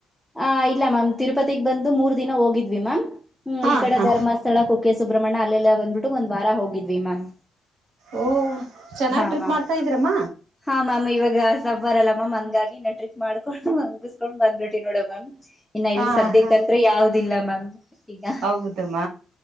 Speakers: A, in the centre; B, on the right.
A: ಹ ಇಲ್ಲ ಮ್ಯಾಮ್ ತಿರುಪತಿಗಗ್ ಬಂದು ಮೂರ್ ದಿನ ಹೋಗಿದ್ದ್ ವಿ ಮ್ಯಾಮ್ ಹ್ಮ್
B: ಹಾ
A: ಈ ಕಡೆ
B: ಹಾ
A: ಧರ್ಮಸ್ಥಳ ಕುಕ್ಕೆ ಸುಬ್ರಹ್ಮಣ್ಯ ಅಲ್ಲೆಲ್ಲ ಬಂದಬಿಟ್ಟು ಒನ್ ವಾರ ಹೋಗಿದ್ವಿ ಮ್ಯಾಮ್
B: ಓ ಚೆನ್ನಾಗ್
A: ಹಾ
B: ಟ್ರಿಪ್
A: ಮ್ಯಾಮ್
B: ಮಾಡ್ತಾ ಇದ್ರಮ್ಮ
A: ಹಾ ಮ್ಯಾಮ್ ಇವಾಗ ಬರಲ್ಲ ಮಾಮ್ ಹಂಗಾಗಿನೆ ಟ್ರಿಕ್ ಮಾಡ್ಕೊಂಡು ಮುಗಿಸಸ್ಕೊಂಡು ಬಂದ್ಬಿಟ್ ಟ್ವಿ ನೋಡ್ ಮ್ಯಾಮ್ ಇನ್ನ
B: ಹಾ
A: ಇಲ್ಲಿ ಸದ್ಯಕ್ಕತ್ರ
B: ಹಾ
A: ಯಾವುದಿಲ್ಲ ಮ್ಯಾಮ್ ಹಾ ಈಗ
B: ಹೌದಮ್ಮ